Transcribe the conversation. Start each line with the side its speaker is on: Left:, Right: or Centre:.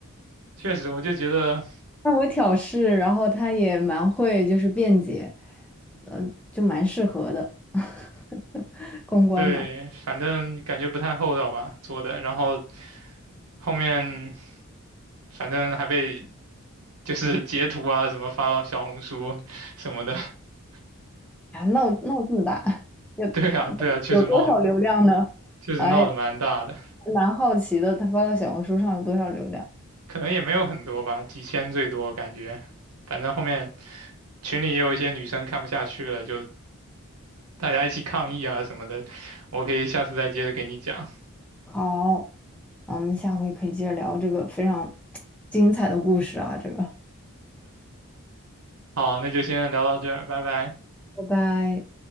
Right: 确实，我就觉得
Centre: 她我挑事，然后她也蛮会就是辩解，嗯、就蛮适合的 <laughs> 公关嘛。
Right: 对，反正感觉不太厚道吧做的，然后后面反正还被就是截图啊什么发到小红书什么的。<laughs>
Centre: 啊，闹闹这么大，有
Right: 对啊，对啊，确实冒，
Centre: 有多少流量呢？
Right: 确实闹得蛮大的，
Centre: 哎，蛮好奇的，他发到小红书上有多少流量？
Right: 可能也没有很多吧，几千最多感觉。反正后面群里也有一些女生看不下去了，就大家一起抗议啊什么的。我可以下次再接着给你讲。
Centre: 好，那我们下回可以接着聊这个非常精彩的故事啊，这个，
Right: 好，那就先聊到这儿，拜拜。
Centre: 拜拜。